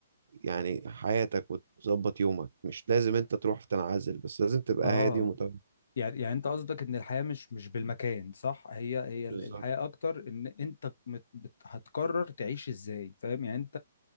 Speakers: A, on the right (about 75°); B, on the left (about 70°).
A: يعني حياتك وتظبط يومك مش لازم انت تروح في تنعزل بس لازم تبقى
B: اه
A: هادي ومتوازن
B: يعني يعني انت قصدك ان الحياه مش مش بالمكان صح هي هي
A: بالظبط
B: الحياه اكتر ان انت مت- بت- هتقرر تعيش ازاي فاهم يعني